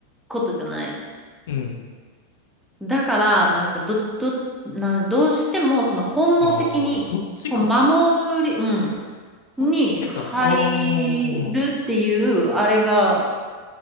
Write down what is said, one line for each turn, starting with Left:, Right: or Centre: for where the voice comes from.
Centre: ことじゃない。
Left: うん。
Centre: だから、なんかど、ど、な、どうしてもその本能的に、
Left: ああ、そっちか。
Centre: こう守り、うん、
Left: そっちか。
Centre: に入るっていう、
Left: ああ、うん、
Centre: あれが、